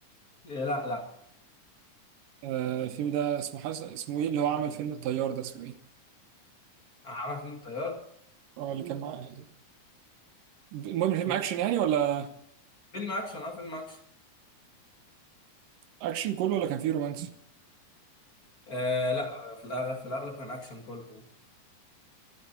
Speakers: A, on the left (about 35°); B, on the right (about 85°).
A: إيه، لا لا
B: آه الفيلم ده اسمه حس... اسمه إيه اللي هو عمل فيلم الطيار ده اسمه إيه؟
A: عمل فيلم الطيار
B: آه اللي كان معاه المهم الفيلم
A: مين
B: أكشن يعني ولا
A: فيلم اكشن اه فيلم اكشن
B: أكشن كله ولا كان فيه رومانسي؟
A: آه لا في الاغلب في الاغلب كان اكشن كله